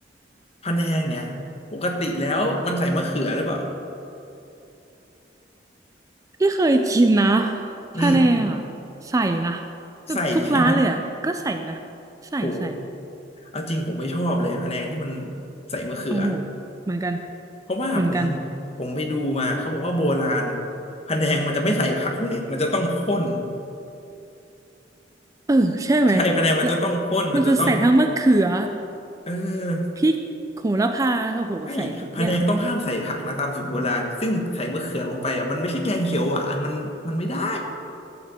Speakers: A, on the left; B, on the right.
A: พะแนงเนี่ยปกติแล้วมันใส่มะเขือหรือเปล่า
B: ที่เคยกินนะ
A: อืม
B: พะแนงอ่ะใส่นะแบบทุกร้านเลยอ่ะก็ใส่นะ
A: ใส่ใช่ไหม
B: ใส่ใส่
A: โหเอาจริงผมไม่ชอบเลยพะแนงที่มันใส่มะเขือ
B: โอ้โหเหมือนกัน
A: เพราะว่าผม
B: เหมือนกัน
A: ผมไปดูมาเขาบอกว่าโบราณพะแนงมันจะไม่ใส่ผักเลยมันจะต้องข้น
B: เออใช่ไหมแล้ว
A: <laughs> ใช่พะแนงมันจะต้องข้นมันจะต้อง
B: มันจะใส่ทั้งมะเขือ
A: เออ
B: พริกโหระพาโอ้โหใส่ทุกอย่าง
A: ใช่พะแนงต้องห้ามใส่ผักนะตามสูตรโบราณซึ่งใส่มะเขือลงไปอ่ะมันไม่ใช่แกงเขียวหวานมันมันไม่ได้